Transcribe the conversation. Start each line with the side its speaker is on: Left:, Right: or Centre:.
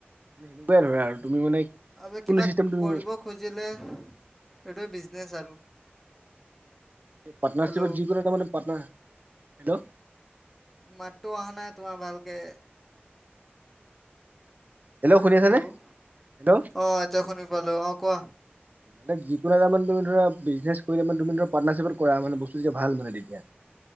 Right: টোৱে ধৰা আৰু তুমি মানে
Centre: আৰু
Right: কোনটো
Centre: কিবা
Right: চিষ্টেম তুমি
Centre: কৰিব খুজিলে এইটো বিজনেচ আৰু
Right: পাটনাৰশ্বিপত
Centre: হেল্ল'
Right: যিকোনো এটা মানে পাটনাৰ হেল্ল'
Centre: মাতটো অহা নাই তোমাৰ ভালকে
Right: শুনি
Centre: হেল্ল'
Right: আছানে? হেল্ল'
Centre: অ এতিয়া শুনি পালো অ কোৱা
Right: মানে যিকোন এটা মানে তুম ধৰা বিজনেছ কৰিলে মানে তুমি ধৰা পাটনাৰশ্বিপত কৰা মানে বস্তু যেতিয়া ভাল মানে তেতিয়া